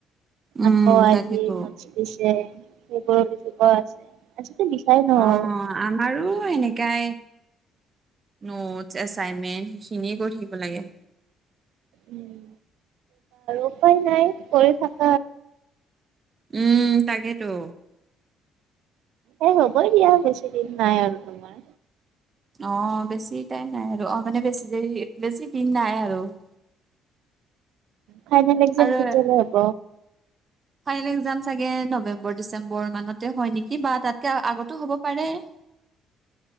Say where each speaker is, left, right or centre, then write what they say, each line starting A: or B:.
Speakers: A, on the right; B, on the right.
A: উম
B: আকৌ আজি।
A: তাকেতো
B: আছে সেইবোৰ লিখিব আছে। লিখাই নহ'ল
A: অ আমাৰো সেনেকাই। নোটছ এচাইনমেন্ট সেইখিনিয়ে কৰি থাকিব লাগে।
B: উম উপায় নাই কৰি থাক।
A: উম তাকেইতো।
B: এই হ'বই দিয়া বেছি দিন নাই আৰু তোমাৰ।
A: অ বেছি টাইম নাই আৰু অ মানে বেছি দেৰি বেছি দিন নাই আৰু। <inaudible>
B: ফাইনেল এক্সাম
A: আৰু
B: কেতিয়ালে হ'ব।
A: ফাইনেল এক্জাম চাগে নৱেম্বৰ ডিচেম্বৰ মানতে হয় নেকি বা তাতকে আগতো হ'ব পাৰে চি